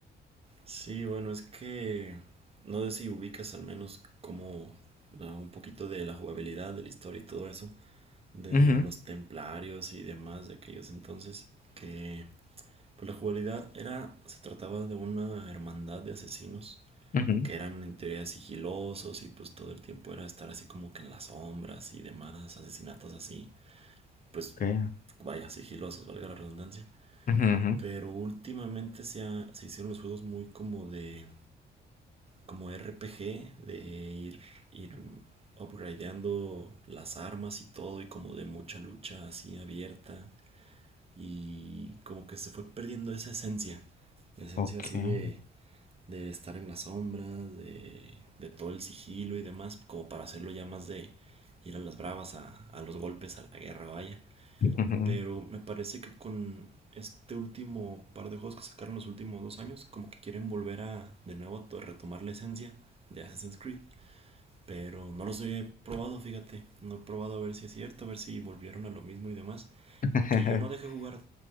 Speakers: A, on the right (about 30°); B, on the left (about 45°).
A: Sí, bueno, es que no sé si ubicas al menos como ah, un poquito de la jugabilidad, de la historia y todo eso, de
B: Ujú,
A: los templarios y demás de aquellos entonces, que pues la jugabilidad era, se trataba de una hermandad de asesinos
B: ujú,
A: que eran en teoría sigilosos y pues todo el tiempo era estar así como que en las sombras y demás, asesinatos así, pues
B: Okay.
A: vaya, sigilosos, valga la redundancia.
B: ujú, ujú,
A: Pero últimamente se, ha- se hicieron los juegos muy como de, como RPG, de ir, ir upgradeando las armas y todo y como de mucha lucha así abierta y como que se fue perdiendo esa esencia, la esencia
B: Okay.
A: así de de estar en las sombras, de, de todo el sigilo y demás, como para hacerlo ya más de ir a las bravas, a, a los golpes, a la guerra, vaya.
B: ujú,
A: Pero me parece que con este último par de juegos que sacaron los últimos dos años, como que quieren volver a de nuevo a retomar la esencia de Assassin's Creed. Pero no los he probado, fíjate. No he probado a ver si es cierto, a ver si volvieron a lo mismo y demás.
B: <laughs>
A: Que yo no dejé jugar,